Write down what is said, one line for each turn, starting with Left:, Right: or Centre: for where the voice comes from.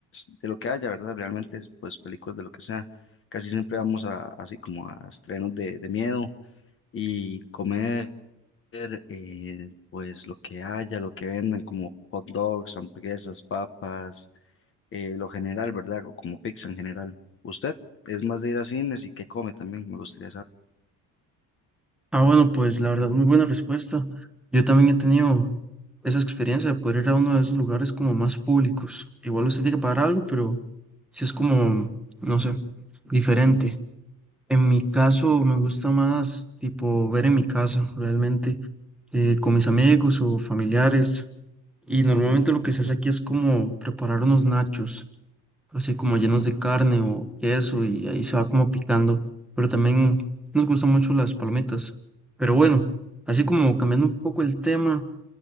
Left: de lo que haya, ¿verdad? Realmente, pues películas de lo que sea. Casi siempre vamos a, así como a estrenos de, de miedo y comer, eh, pues lo que haya, lo que vendan, como hot dogs, hamburguesas, papas eh, lo general, ¿verdad? O como pizza en general. ¿Usted es más de ir a cines y qué come también? Me gustaría saber.
Centre: Ah, bueno, pues la verdad, muy buena respuesta. Yo también he tenido esa experiencia de poder ir a uno de esos lugares como más públicos. Igual usted tiene que pagar algo, pero sí es como, no sé, diferente. En mi caso, me gusta más tipo ver en mi casa, realmente eh, con mis amigos o familiares. Y normalmente lo que se hace aquí es como preparar unos nachos, así como llenos de carne o queso, y ahí se va como picando. Pero también nos gustan mucho las palomitas. Pero bueno, así como cambiando un poco el tema,